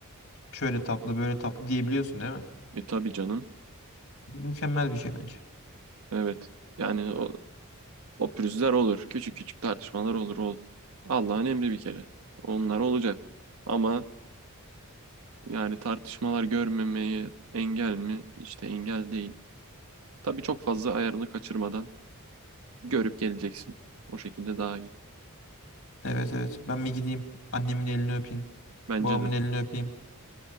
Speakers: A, on the left (about 65°); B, on the right (about 75°).
A: şöyle tatlı, böyle tatlı diyebiliyorsun değil mi?
B: E tabii canım.
A: Mükemmel bir şey bence.
B: Evet. Yani o, o pürüzler olur. Küçük küçük tartışmalar olur. O, Allah'ın emri bir kere. Onlar olacak. Ama yani tartışmalar görmemeye engel mi? İşte engel değil. Tabii çok fazla ayarını kaçırmadan görüp geleceksin. O şekilde daha iyi.
A: Evet evet. Ben bir gideyim. Annemin elini öpeyim.
B: Bence
A: Babamın
B: de.
A: elini öpeyim.